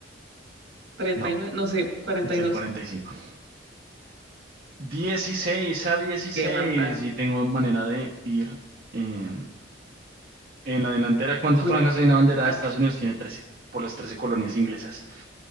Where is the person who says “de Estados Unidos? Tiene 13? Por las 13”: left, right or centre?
Right